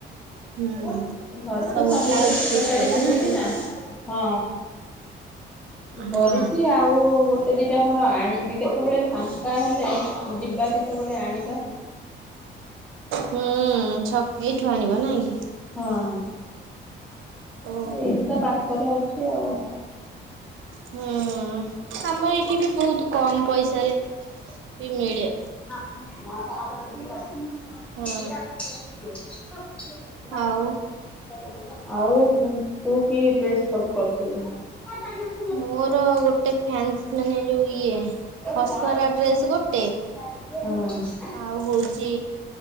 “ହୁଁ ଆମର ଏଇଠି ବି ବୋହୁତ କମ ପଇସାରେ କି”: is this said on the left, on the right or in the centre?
Right